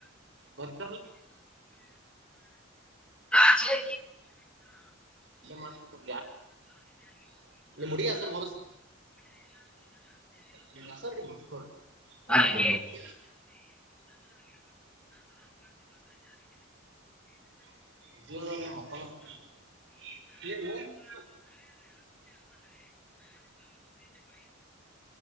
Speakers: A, on the right (about 60°); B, in the centre.
A: ಬ
B: ಹೆ
A: ಮಾಡ ಹುಡುಗಿ ಹೆಸರು ಬರ್ಸ ನಿಮ್ ಹೆಸರು ಬರ್ಸ್ತಾರ
B: ಹಾ
A: ಯಾರ
B: ಹೂ
A: ಹೆಸರು ಬರ್ತೀವಿ ಮಳ